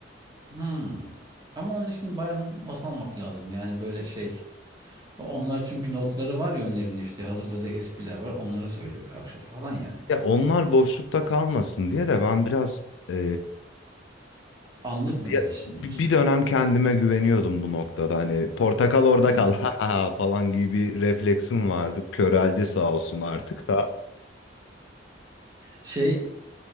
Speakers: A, on the right; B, on the left.
A: Hmm. Ama onun için bayağı not almak lazım. Yani böyle şey. Onlar çünkü notları var ya önlerinde işte hazırladığı espriler var. Onları söylüyor karşı tarafa falan yani.
B: Ya onlar boşlukta kalmasın diye de ben biraz e,
A: Anlık mı
B: ya
A: gelişsin
B: bi-
A: diyorsun.
B: bir dönem kendime güveniyordum bu noktada. Hani portakal orada
A: Hmm.
B: kal <laughs> ha ha ha" falan gibi bir refleksim vardı. Köreldi sağ olsun artık da.
A: Şey